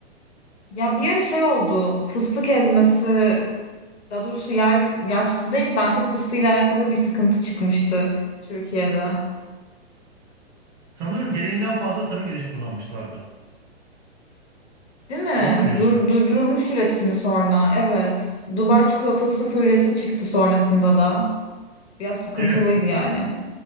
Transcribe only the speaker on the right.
Sanırım gereğinden fazla tarım ilacı kullanmışlardı.
Onu mu diyorsun?
Evet.